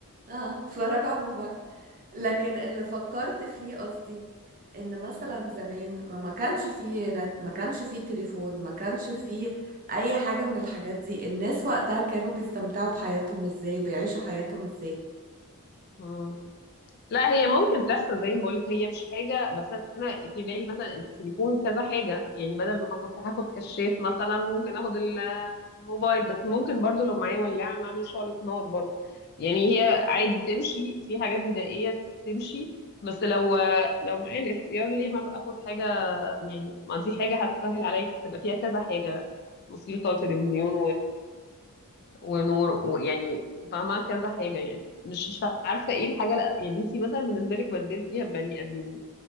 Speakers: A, on the right; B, on the left.
A: اه اتفرجوا على الموبايل لكن اللي فكرت فيه قصدي ان مثلا زمان ما ما كانش فيه نت ما كانش فيه تليفون ما كانش فيه اي حاجة من الحاجات دي الناس وقتها كانوا بيستمتعوا بحياتهم ازاي وبيعيشوا حياتهم ازاي
B: آه. لا هي ممكن تحصل زي ما بقولك هي مش حاجة بس أنا في بالي مثلا التليفون كذا حاجة يعني بدل ما كنت هاخد كشاف مثلا ممكن اخد الموبايل بس ممكن برضو لو معايا ولاعة نعمل شعلة نار برضو يعني هي عادي تمشي في حاجات بدائية تمشي بس لو لو معايا الاختيار ليه ما اخد حاجة يعني ما دي حاجة هتسهل عليا هتبقى فيها كذا حاجة موسيقى وتلفزيون ونور ويعني فاهمة كذا حاجة يعني مش مش عارفة ايه الحاجة لأ. يعني انتي مثلا بالنسبة لك بدلتيها ببني ادمين